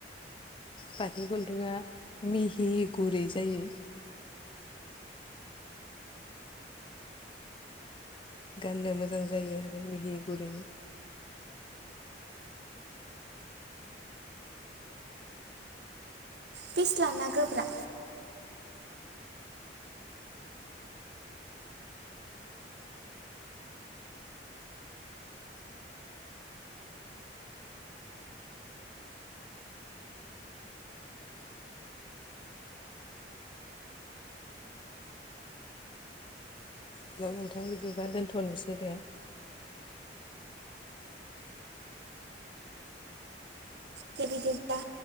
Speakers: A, on the left; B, on the right.
A: पातनि खुन्दुंआ मिहि गुरै जायो। गाननो मोजां जायो आरो मिहि गुरैनै
B: फिस्लाना गोब्रा?
A: हेल नोंथां बिदिबा दोन्थनोसै दे।
B: दे बिदिब्ला।